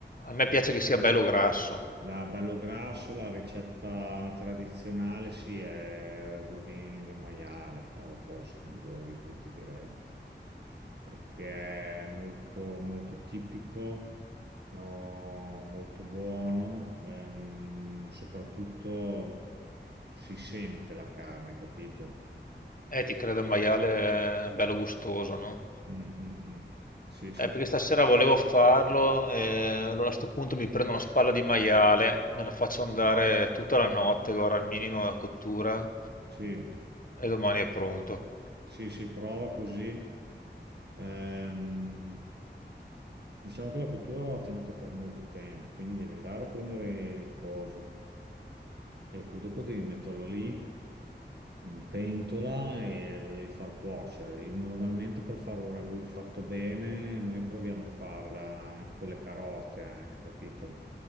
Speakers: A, on the left; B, on the right.
A: A me piace che sia bello grasso.
B: La bello grasso, la ricetta tradizionale, sì, è ragù di, di maiale, fa- o forse il migliore di tutti, direi, perché è molto, molto tipico, oh, molto buono, ehm, soprattutto si sente la carne, capito?
A: Eh, ti credo il maiale è bello gustoso, no?
B: Mm, mm, mm. Sì, sì,
A: Eh, perché
B: sì,
A: stasera volevo farlo, eh, allora a sto punto mi prendo una spalla di maiale, me la faccio andare tutta la notte, guarda, al minimo la cottura,
B: sì,
A: e domani è pronto.
B: sì, sì, prova così. Ehm, Diciamo che la cottura va tenuta per molto tempo, quindi devi andare a prendere il coso e poi dopo devi metterlo lì in pentola e lo devi far cuocere. E Normalmente per fare un ragù fatto bene, noi proviamo a farla anche con le carote, anche, capito?